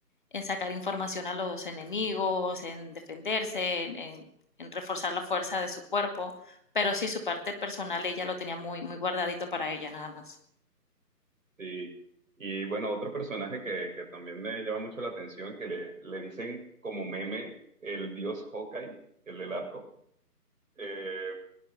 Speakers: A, on the left; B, on the right.
A: en sacar información a los enemigos, en defenderse, en, en, en reforzar la fuerza de su cuerpo, pero sí su parte personal ella lo tenía muy, muy guardadito para ella nada más.
B: sí. Y bueno, otro personaje que, que también me llama mucho la atención, que le, le dicen como meme el dios Hawkeye, el del arco. Eh,